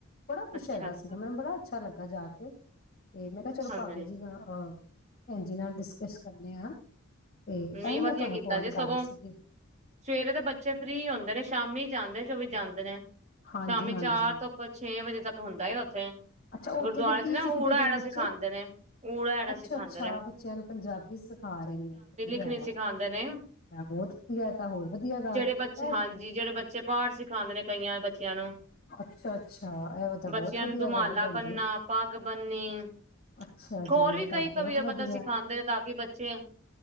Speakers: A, on the left; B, on the right.
A: ਬੜਾ ਕੁੱਛ
B: ਅੱਛਾ
A: ਹੇਗਾ
B: ਅੱਛਾ
A: ਸੀ ਮੈਨੂੰ ਬੜਾ ਅੱਛਾ ਲੱਗਾ ਜਾ ਕੇ। ਤੇ ਮੈਂ ਕਿਹਾ, ਚਲੋ
B: ਹਾਂਜੀ
A: ਭਾਬੀ ਜੀ ਨਾਲ ਅ ਹਾਂਜੀ, ਨਾਲ ਡਿਸਕਸ ਕਰਨੇ ਆ। ਤੇ
B: ਨਹੀਂ,
A: ਤਾਂ ਹੀ ਮੈਂ
B: ਵਧੀਆ
A: ਤੁਹਾਨੂੰ
B: ਕੀਤਾ।
A: ਕਾਲ
B: ਜੇ
A: ਕਰ
B: ਸਗੋਂ
A: ਰਹੀ ਸੀਗੀ
B: ਸਵੇਰੇ ਤੇ ਬੱਚੇ ਫਰੀ ਹੁੰਦੇ ਨੇ, ਸ਼ਾਮੀ ਜਾਂਦੇ ਨੇ। ਜੋ ਵੀ ਜਾਂਦੇ ਨੇ।
A: ਹਾਂਜੀ
B: ਸ਼ਾਮੀ
A: ਹਾਂਜੀ
B: ਚਾਰ ਤੋਂ ਛੇ ਵਜੇ। ਤੱਕ ਹੁੰਦਾ ਏ ਉੱਥੇ।
A: ਅੱਛਾ, ਉੱਥੇ
B: ਗੁਰਦੁਆਰੇ
A: ਫੇਰ ਕੀ
B: ਚ ਨਾ
A: ਸਿੱਖਦੇ
B: ਊੜਾ
A: ਪਏ ਨੇ
B: ਐੜਾ
A: ਬੱਚੇ?
B: ਸਿਖਾਂਦੇ ਨੇ। ਊੜਾ ਐੜਾ
A: ਅੱਛਾਅੱਛਾ,
B: ਸਿਖਾਂਦੇ ਨੇ
A: ਬੱਚਿਆਂ ਨੂੰ ਪੰਜਾਬੀ ਸਿਖਾ ਰਹੇ ਨੇ। ਵਧੀਆ
B: ਸਿਖਾਉਂਦੇ
A: ਹੈ
B: ਨੇ,
A: ਬਹੁਤ ਵਧੀਆ ਤਾਂ ਹੋਰ ਵਧੀਆ ਗੱਲ
B: ਜਿਹੜੇ ਬੱਚੇ।
A: ਹੈ
B: ਹਾਂਜੀ, ਜਿਹੜੇ ਬੱਚੇ ਪਾਠ ਸਿਖਾਉਂਦੇ ਨੇ ਕਈਆਂ ਬੱਚਿਆਂ ਨੂੰ।
A: ਅੱਛਾ ਅੱਛਾ ਇਹ ਤਾਂ ਬਹੁਤ
B: ਬੱਚਿਆਂ
A: ਵਧੀਆ
B: ਨੂੰ ਦੁਮਾਲਾ
A: ਗੱਲ ਭੈਣ
B: ਬਣਨਾ
A: ਜੀ
B: ਪੱਗ ਬਨਨੀ
A: ਅੱਛਾ
B: ਹੋਰ
A: ਜੀ ਇਹ
B: ਵੀ
A: ਤਾਂ
B: ਕਈ
A: ਬਹੁਤ
B: ਕਵੀ
A: ਵਧੀਆ
B: ਬੰਦਾ ਸਿਖਾਉਂਦੇ ਨੇ ਤਾਂ ਕਿ ਬੱਚੇ